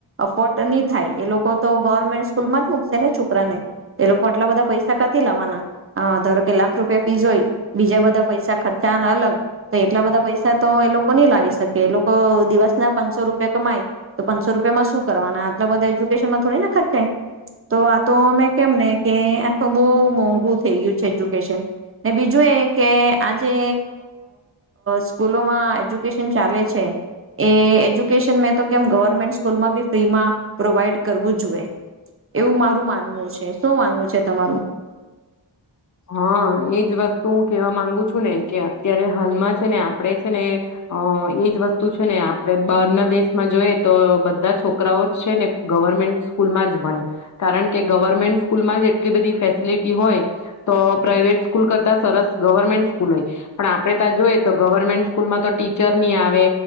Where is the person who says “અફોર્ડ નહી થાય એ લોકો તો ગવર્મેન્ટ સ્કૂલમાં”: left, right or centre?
Right